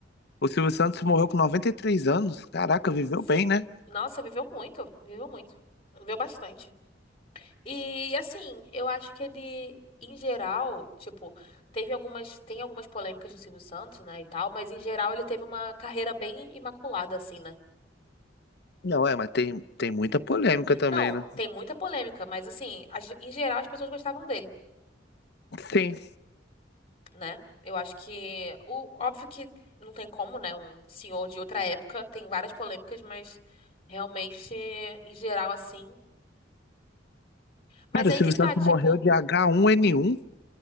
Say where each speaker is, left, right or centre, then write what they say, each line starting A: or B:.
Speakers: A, on the left (about 60°); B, on the left (about 30°).
A: O Silvio Santos morreu com 93 anos. Caraca, viveu
B: Sim.
A: bem, né?
B: Nossa, viveu muito, viveu muito. Viveu bastante. E assim, eu acho que ele, em geral, tipo, teve algumas, tem algumas polêmicas do Silvio Santos, né, e tal, mas em geral ele teve uma carreira bem imaculada, assim, né?
A: Não, é, mas tem, tem muita polêmica também,
B: Não,
A: né?
B: tem muita polêmica, mas assim, as- em geral as pessoas gostavam dele,
A: Sim.
B: né? Eu acho que, o, óbvio que não tem como, né? Um senhor de outra época tem várias polêmicas, mas realmente, em geral, assim. Mas
A: Cara,
B: aí
A: o Silvio
B: que tá,
A: Santos
B: tipo.
A: morreu de H1N1.